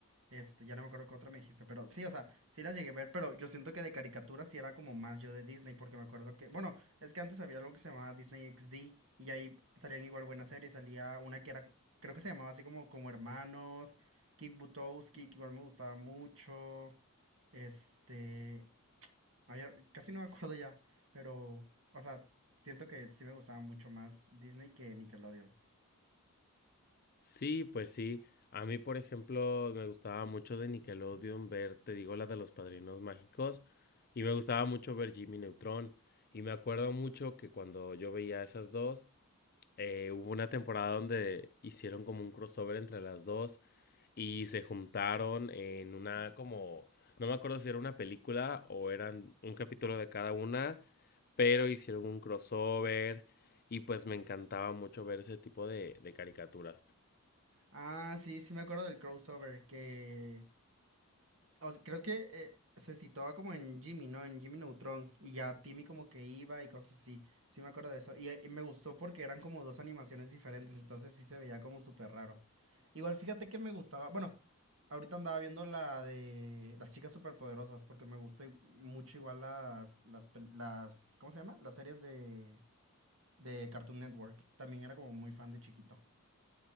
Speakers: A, on the right; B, on the left.
A: este, ya no me acuerdo qué otra me dijiste, pero sí, o sea, sí las llegué a ver, pero yo siento que de caricaturas sí era como más yo de Disney, porque me acuerdo que, bueno, es que antes había algo que se llamaba Disney XD y ahí salían igual buenas series, salía una que era, creo que se llamaba así como Como Hermanos, Kick Butowski, que igual me gustaba mucho, este... Ay, ya- casi no me acuerdo ya. Pero, o sea, siento que sí me gustaba mucho más Disney que Nickelodeon.
B: Sí, pues sí. A mí, por ejemplo, me gustaba mucho de Nickelodeon ver, te digo, la de los Padrinos Mágicos, y me gustaba mucho ver Jimmy Neutron. Y me acuerdo mucho que cuando yo veía esas dos, eh, hubo una temporada donde hicieron como un crossover entre las dos y se juntaron en una como, no me acuerdo si era una película o eran un capítulo de cada una, pero hicieron un crossover y pues me encantaba mucho ver ese tipo de de caricaturas.
A: Ah, sí, sí me acuerdo del crossover que o sea, creo que eh, se situaba como en Jimmy, ¿no? En Jimmy Neutron y ya Timmy como que iba y cosas así. Sí me acuerdo de eso y, eh, y me gustó porque eran como dos animaciones diferentes, entonces sí se veía como súper raro. Igual fíjate que me gustaba, bueno, ahorita andaba viendo la de las chicas superpoderosas porque me gusta i- mucho igual las las pel- las ¿cómo se llama? Las series de de Cartoon Network. También era como muy fan de chiquito.